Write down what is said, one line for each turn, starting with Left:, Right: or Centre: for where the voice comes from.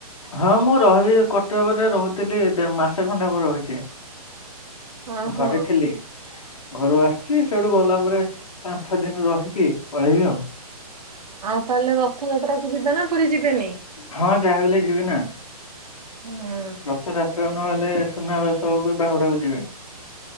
Left: ହଁ ମୁଁ ରହିବି କଟକରେ ରହୁଥିଲି ମାସେ ଖଣ୍ଡେ ହବ ରହୁଛି।
Right: ହଁ
Left: ଘରେ
Right: ହଁ
Left: ଥିଲି। ଘରୁ ଆସିଛି ସେଇଠୁ ଗଲା ପରେ ଆଠ ଦିନି ରହିକି ପଳେଇବି ଆଉ।
Right: ଆଉ ତାହେଲେ ରଥଯାତ୍ରା କୁ ଯିବେ ନା ପୁରୀ ଯିବେନି?
Left: ହଁ ଯାହାହଲେ ଯିବି ନା।
Right: ହୁଁ।
Left: ରଥଯାତ୍ରାକୁ ନହେଲେ, ସୁନାବେଶ କି ବାହୁଡାକୁ ଯିବେ।